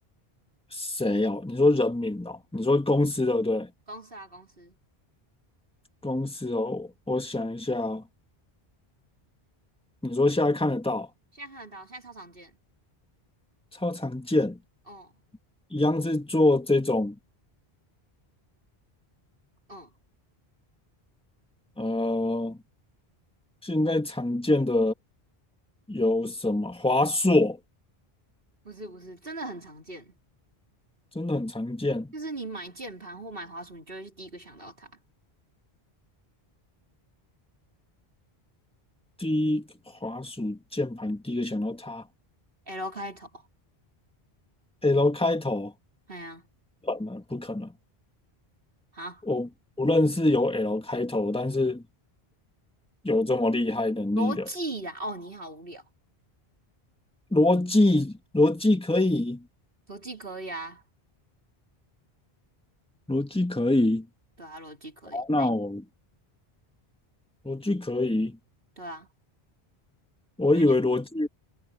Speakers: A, in the centre; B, on the right.
A: 谁哦？你说人名哦？你说公司对不对？
B: 公司啊，公司，
A: 公司哦，我想一下哦，你说现在看得到，
B: 现在看得到，现在超常见。
A: 超常见，
B: 哦，
A: 一样是做这种
B: 嗯，
A: 呃，现在常见的有什么？华硕。
B: 不是不是，真的很常见，
A: 真的很常见。
B: 就是你买键盘或买滑鼠，你就会第一个想到它。
A: 第一，滑鼠键盘第一个想到它
B: L 开头，
A: ，L 开头，
B: 哎呀，
A: 不可能不可能？
B: 啊，
A: 我不认识有 L 开头，但是有这么厉害能力的
B: 逻辑呀，哦，你好无聊，
A: 逻辑，逻辑可以，
B: 逻辑可以啊，
A: 逻辑可以，
B: 对啊，逻辑可以，
A: 好那我逻辑可以。
B: 对啊，
A: 我以为逻辑
B: 那你要